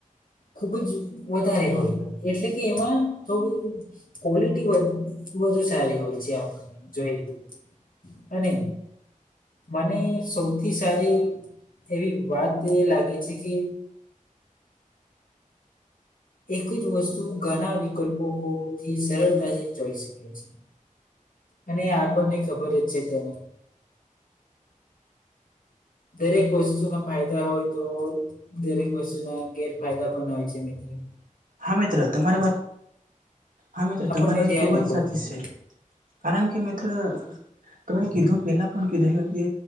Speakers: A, on the left; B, on the right.
A: ખુબ જ વધારે હોય એટલે કે એમાં થોડું કોલિટી વધ વધુ સારી હોય છે આપણને જોઈએ તે અને મને સૌથી સારી એવી વાત એ લાગે છે કે એક જ વસ્તુ ઘણા વિકલ્પોથી સરળતાથી જોઈ શકે છે. અને આપણને ખબર જ છે તેને દરેક વસ્તુના ફાયદા હોય તો દરેક વસ્તુના ગેરફાયદા પણ હોય છે મિત્રો
B: હા મિત્ર તમારી વાત હા મિત્ર
A: આપણને
B: તમારી વાત
A: ધ્યાન
B: ખુબ
A: રાખવું
B: જ સાચી
A: જોઈએ
B: છે. કારણ કે મિત્રો તમે કીધું પેલા પણ કીધેલું કે